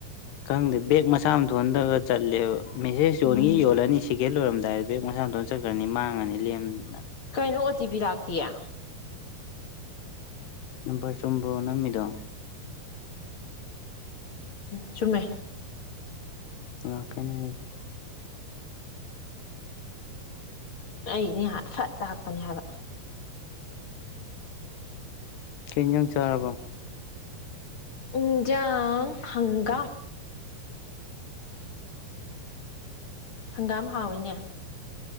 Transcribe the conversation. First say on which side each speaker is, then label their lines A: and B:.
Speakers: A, on the left; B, on the left.
A: ꯈꯪꯗꯦ ꯕꯦꯦꯛ ꯃꯁꯥ ꯑꯃ ꯊꯣꯛꯣꯟꯍꯊꯔꯒ ꯆꯠꯂꯦꯕ ꯃꯦꯁꯦꯁ
B: ꯎꯝ
A: ꯌꯣꯟꯈꯤ ꯌꯣꯜꯂꯅꯤ ꯁꯤ ꯒꯦꯠ ꯂꯣꯏꯔꯝꯗꯥꯏꯗ ꯕꯦꯛ ꯃꯁꯥꯗꯣꯟꯅ ꯆꯠꯈ꯭ꯔꯅꯤ ꯃꯥꯡꯉꯅꯤ ꯂꯦꯝꯅ
B: ꯀꯩꯅꯣ ꯑꯣ ꯇꯤꯚꯤ ꯂꯥꯛꯇꯌꯦ
A: ꯄꯥ ꯆꯨꯝꯕ꯭ꯔꯣ ꯅꯃꯤꯗꯣ
B: ꯆꯨꯝꯃꯦ
A: ꯉꯀꯅꯤ ꯍꯧꯖꯤ
B: ꯑꯩꯅꯦꯍꯥꯟ ꯐꯠ ꯂꯥꯛꯄꯅꯦ ꯍꯥꯏꯕ
A: ꯀ ꯌꯪ ꯆꯥꯔꯕ
B: ꯎꯟꯖꯥꯡ ꯍꯪꯒꯥꯝ ꯍꯪꯒꯥꯝ ꯍꯥꯎꯋꯏꯅꯦ